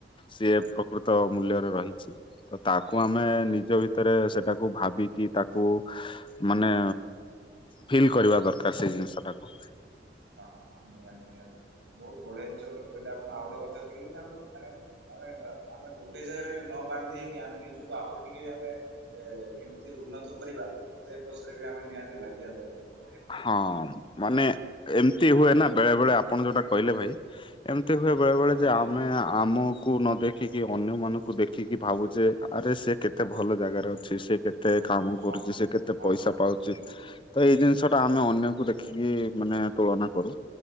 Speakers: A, on the left; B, on the right.
A: ସିଏ ପ୍ରକୃତ ମୂଲ୍ୟରେ ରହିଛି ତ ତାକୁ ତ ତାକୁ ଆମେ
B: ହୁଁ
A: ନିଜ
B: ହୁଁ
A: ଭିତରେ ସେଟାକୁ ଭାବିକି ତାକୁ ମାନେ
B: ହୁଁ।
A: ଫିଲ୍ କରିବା ଦରକାର ସେଇ ଜିନିଷ ଟାକୁ ହୁମ୍।
B: ହ ହ ହଁ ନିହାତି ନିହାତି ବହୁତ ବଢ଼ିଆ ଜିନିଷ ଗୋଟେ କହିଲେ ଆପଣ ଆଉ ଗୋଟେ କଥା କହିଲେ ଯେ ଆମେ ମାନେ ଆମେ ଆମେ ଗୋଟେ ଜାଗାରେ ନ ବାନ୍ଧେଇକି ଆମେ ନିଜକୁ ଆହୁରି ଟିକେ ଆମେ ଏ କେମିତି ଉନ୍ନତ କରିବା ସେ ପଛରେ ବି ଆମେ ନିହାତି ଲାଗିବା ଦ <unintelligible>
A: ହଁ ମାନେ ଏମିତି ହୁଏ ନା ବେଳେ ବେଳେ ଆପଣ ଯୋଉଟା କହିଲେ ଭାଇ ଏମ୍ <unintelligible> ହୁଏ ବେଳେବେଳେ
B: ହଁ
A: ଯେ
B: ଆଜ୍ଞା
A: ଆମେ ଆମକୁ କୁ ନ ଦେଖିକି ଅନ୍ୟ ମାନଙ୍କୁ ଦେଖିକି ଭାବୁଛେ ଆରେ ସେ କେତେ ଭଲ ଜାଗାରେ ଅଛି ସେ କେତେ କେତେ କାମ
B: ହଁ।
A: କରୁଛି ସେ କେତେ
B: ହଁ
A: ପଇସା
B: ଭାଇ
A: ପାଉଛି
B: ନିଶ୍ଚିତ
A: ତ ଏଇ ଜିନି ଆମେ ଅନ୍ୟକୁ ଦେଖିକି ମାନେ ତୁଳନା କରୁ